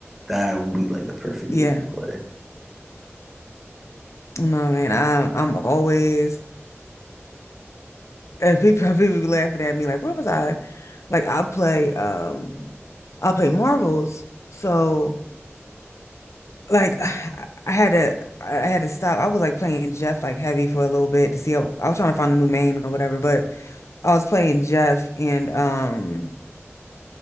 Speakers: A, in the centre; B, on the left (about 85°).
A: that would be like the perfect
B: Yeah.
A: game to play.
B: No, man. I'm I'm always and people <laughs> people be laughing at me like, where was I? Like I play um I play Marvels. So like <sighs> I I had to I had to stop. I was like playing Jeff like heavy for a little bit to see how I was trying to find a new main or whatever, but I was playing Jeff and um